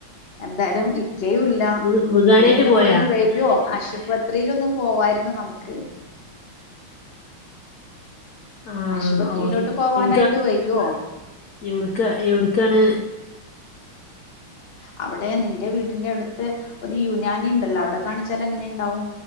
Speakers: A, on the left (about 35°); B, on the left (about 60°).
A: എന്താലും ഇക്കയുല്ല
B: വ് വ്കാനായിട്ട്
A: നീ എന്റെ
B: പോയാ
A: കൂടെ ഒന്ന് വേര്ഒ ആശുപത്രില്ലോന്ന് പോവായിരുന്നു നമുക്ക്
B: ആഹ്
A: ആശുപത്രിയിലോട്ട്
B: ഓക്കെ
A: പോവാനായിട്ട്
B: എവിട്ക്കാ
A: വരുവോ
B: എവിടുക്ക എവടക്കാണ്
A: അവിടെ നിന്റെ വീടിന്റെ അടുത്ത് ഒരു യുനാനി ഉണ്ടല്ലോ അവിടെ കാണിച്ചാൽ എങ്ങനെ ഉണ്ടാവും